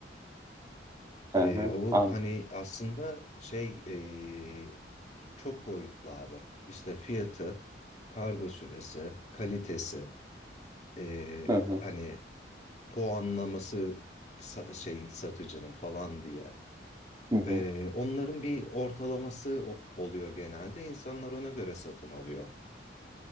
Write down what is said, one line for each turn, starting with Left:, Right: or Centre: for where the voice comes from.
Right: hı
Left: Ee,
Right: hı
Left: o
Right: an
Left: hani aslında şey ee, çok boyutlu abi İşte fiyatı, kargo süresi, kalitesi ee,
Right: hı hı
Left: hani puanlaması sa- şeyin satıcının falan diye.
Right: hı hı.
Left: Ee, onların bir ortalaması o- oluyor genelde. İnsanlar ona göre satın alıyor.